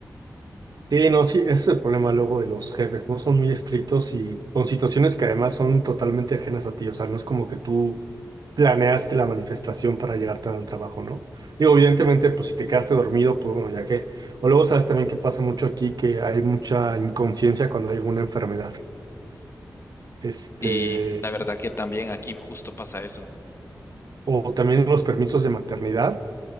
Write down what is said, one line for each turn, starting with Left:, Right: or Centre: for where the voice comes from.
Right: Sí, no, sí, ese es el problema luego de los jefes, ¿no? Son muy estrictos y con situaciones que además son totalmente ajenas a ti. O sea, no es como que tú planeaste la manifestación para llegar tarde al trabajo, ¿no? Digo, evidentemente, pues si te quedaste dormido, pues bueno, ya que... O luego sabes también que pasa mucho aquí, que hay mucha inconsciencia cuando hay alguna enfermedad. este,
Left: Y la verdad que también aquí justo pasa eso.
Right: o también los permisos de maternidad